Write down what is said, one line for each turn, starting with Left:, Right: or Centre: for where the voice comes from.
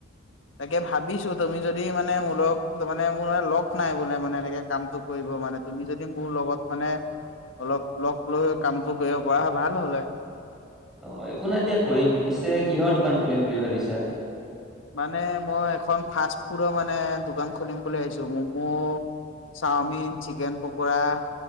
Left: তাকে ভাবিছো তুমি যদি মানে মোৰ লগ মানে মোৰ লগ নাই বোলে মানে এনেকে কামটো কৰিব। মানে তুমি যদি মোৰ লগত মানে অলপ লগ লৈ কামটো কৰিব পৰা হয় ভাল হলে
Centre: অ একো নাই দিয়া কৰিম পিছে কিহৰ দোকান খুলিম বুলি ভাবিছা।
Left: মানে মই এখন ফাষ্ট ফুডৰ মানে দোকান খুলিম বুলি ভাবিছো ম'ম' চাওমিন চিকেন পকৰা